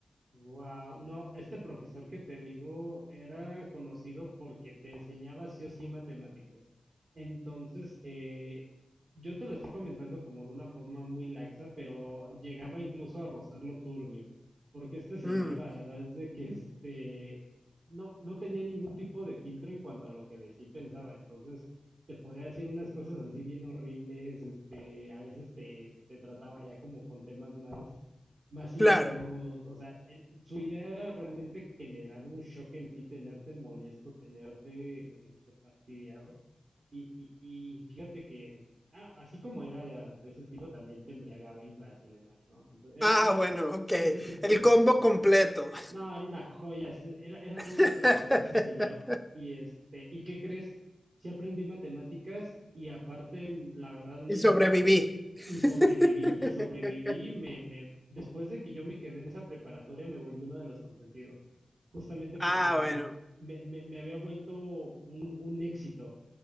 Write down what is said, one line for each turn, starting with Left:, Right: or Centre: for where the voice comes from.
Right: Wow, no, este profesor que te digo era conocido porque te enseñaba sí o sí matemáticas. Entonces, eh, yo te lo estoy comentando como de una forma muy laxa, pero llegaba incluso a rozarlo turbio, porque este señor,
Centre: Mm,
Right: la verdad es de que este no, no tenía ningún tipo de filtro en cuanto a lo que decía y pensaba. Entonces, te podía decir unas cosas así bien horribles, este, a veces te, te trataba ya como con temas más más incómodos.
Centre: claro.
Right: O sea, el- su idea era realmente generar un shock en ti, tenerte molesto, tenerte este, fastidiado. Y, y, y fíjate que, ah, así como era de ese estilo, también te embriagaba en clase y demás, ¿no? Entonces, era,
Centre: Ah,
Right: era,
Centre: bueno,
Right: ese,
Centre: ok,
Right: era ese tipo
Centre: el
Right: de
Centre: combo
Right: profesor.
Centre: completo.
Right: No, era una joya, ese- era, era todo un
Centre: <laughs>
Right: personaje ese señor. Y este, ¿y qué crees? Sí aprendí matemáticas y aparte, la verdad, me
Centre: Y sobreviví.
Right: hizo aguantar
Centre: <laughs>
Right: y sobreviví, y sobreviví, y me, me, después de que yo me quedé en esa preparatoria, me volví uno de los consentidos. Justamente por
Centre: Ah,
Right: eso, porque
Centre: bueno.
Right: me, me, me había vuelto un, un éxito,